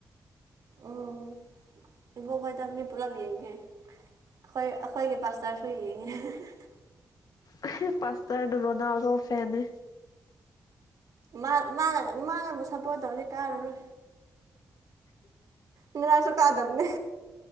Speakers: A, on the right; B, on the left.
A: ꯎꯝ ꯏꯕꯣꯛꯈꯣꯏꯗ ꯃꯤ ꯄꯨꯂꯞ ꯌꯦꯡꯉꯦ ꯑꯈꯣꯏ ꯑꯈꯣꯏꯒꯤ ꯄꯥꯁꯇꯔꯁꯨ ꯌꯦꯡꯉꯦ <unintelligible>
B: ꯑꯍꯦ ꯄꯥꯁꯇꯔ ꯗꯣ ꯔꯣꯅꯥꯜꯗꯣ ꯐꯦꯟ ꯅꯦ
A: ꯃꯥ ꯃꯥꯅ ꯃꯥꯅꯕꯨ ꯁꯞꯄꯣꯔꯠ ꯇꯧꯔꯗꯤ ꯀꯥꯔꯔꯣꯏ ꯉꯔꯥꯡꯁꯨ ꯀꯥꯗꯝꯅꯦ